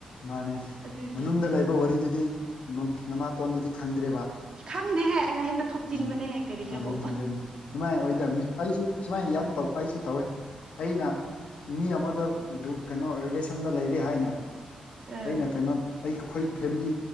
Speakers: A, on the left; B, on the right.
A: ꯃꯥꯅꯦ
B: ꯑꯗꯨꯒꯤ
A: ꯃꯅꯨꯡꯗ ꯂꯩꯕ ꯋꯥꯔꯤꯗꯨꯗꯤ ꯅꯃꯥꯇꯣꯟꯗꯨꯗꯤ ꯈꯪꯗ꯭ꯔꯦꯕ
B: ꯈꯪꯗꯦꯍꯦ ꯑꯩꯅ ꯍꯦꯛꯇ ꯊꯣꯆꯤꯟꯕꯅꯦꯍ
A: ꯎꯝ
B: ꯀꯔꯤꯔꯣ
A: ꯑꯗꯨꯅꯤ ꯑꯗꯨꯅꯤ ꯁꯨꯃꯥꯏꯅ ꯑꯣꯏꯗꯕꯅꯤ ꯑꯩꯁꯨ ꯁꯨꯃꯥꯏꯅ ꯌꯥꯝ ꯇꯧ ꯑꯩꯁꯨ ꯇꯧꯋꯦ ꯑꯩꯅ ꯃꯤ ꯑꯃꯗ ꯀꯩꯅꯣ ꯔꯤꯂꯦꯁꯟꯗ ꯂꯩꯔꯤ ꯍꯥꯏꯅ
B: ꯑ
A: ꯑꯩꯅ ꯀꯩꯅꯣ ꯑꯩ ꯑꯩꯈꯣꯏ ꯐꯦꯃꯤꯂꯤ